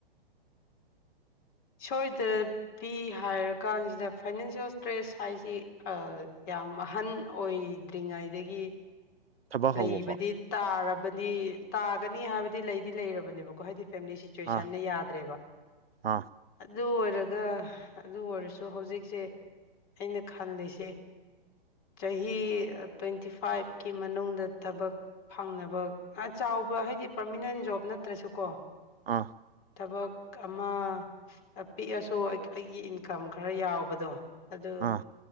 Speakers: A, on the left (about 35°); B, on the right (about 80°).
A: ꯁꯣꯏꯗꯕꯤ ꯍꯥꯏꯔꯀꯥꯟꯁꯤꯗ ꯐꯥꯏꯅꯥꯟꯁꯤꯌꯦꯜ ꯏꯁꯇ꯭ꯔꯦꯁ ꯍꯥꯏꯁꯤ ꯌꯥꯝ ꯑꯍꯟ ꯑꯣꯏꯗ꯭ꯔꯤꯉꯩꯗꯒꯤ
B: ꯊꯕꯛ ꯍꯧꯕꯀꯣ
A: ꯂꯩꯕꯗꯤ ꯇꯥꯔꯕꯗꯤ ꯇꯥꯒꯅꯤ ꯍꯥꯏꯕꯗꯤ ꯂꯩꯗꯤ ꯂꯩꯔꯕꯅꯦꯕꯀꯣ ꯍꯥꯏꯗꯤ ꯐꯦꯃꯤꯂꯤ ꯁꯤꯆꯨꯋꯦꯁꯟꯅ
B: ꯑꯥ
A: ꯌꯥꯗ꯭ꯔꯦꯕ
B: ꯑꯥ
A: ꯑꯗꯨ ꯑꯣꯏꯔꯒ ꯑꯗꯨ ꯑꯣꯏꯔꯁꯨ ꯍꯧꯖꯤꯛꯁꯦ ꯑꯩꯅ ꯈꯜꯂꯤꯁꯦ ꯆꯍꯤ ꯇ꯭ꯋꯦꯟꯇꯤ ꯐꯥꯏꯚꯀꯤ ꯃꯅꯨꯡꯗ ꯊꯕꯛ ꯐꯪꯅꯕ ꯆꯥꯎꯕ ꯍꯥꯏꯗꯤ ꯄꯥꯔꯃꯤꯅꯦꯟ ꯖꯣꯕ ꯅꯠꯇ꯭ꯔꯁꯨ ꯀꯣ
B: ꯑꯥ
A: ꯊꯕꯛ ꯑꯃ ꯄꯤꯛꯑꯁꯨ ꯑꯩꯒꯤ ꯏꯟꯀꯝ ꯈꯔ ꯌꯥꯎꯕꯗꯣ ꯑꯗꯨ
B: ꯑꯥ